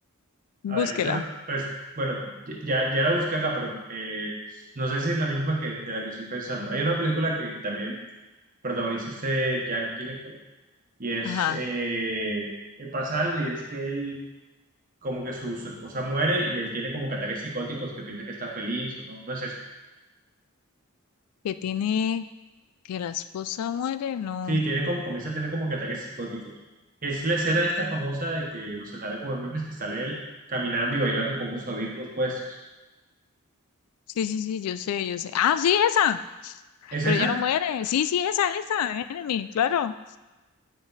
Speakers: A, on the left (about 85°); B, on the right (about 40°).
A: <laughs> Búsquela.
B: A ver, esa, pues, bueno, ya, ya la busqué acá, pero eh, no sé si es la misma que de la que estoy pensando. Hay una película que también protagoniza este Jack Gyllenhaal. y es,
A: Ajá,
B: eh, eh, pasa algo y es que él, como que su, su esposa muere y él tiene como que ataques psicóticos, que piensa que está feliz o no, no es eso.
A: que tiene, que la esposa muere, no.
B: Sí, tiene como, comienza a tener como que ataques psicóticos. Es la escena esta famosa de que, no sé, sale como en memes, que sale él caminando y bailando con unos audífonos puestos.
A: Sí, sí, sí, yo sé, yo sé. Ah, sí, esa.
B: ¿Es
A: Pero
B: esa?
A: ella no muere. Sí, sí, esa, esa, Enemy, claro.